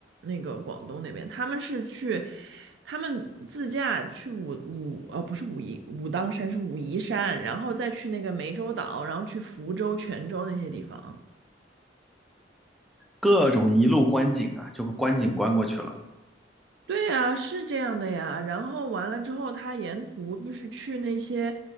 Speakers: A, on the right; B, in the centre.
A: 那个广东那边，他们是去，他们自驾去武武哦，不是武夷武当山是武夷山，然后再去那个湄洲岛，然后去福州、泉州那些地方。
B: 各种一路观景啊，就观景观过去了。
A: 对呀，是这样的呀。然后完了之后，他沿途就是去那些，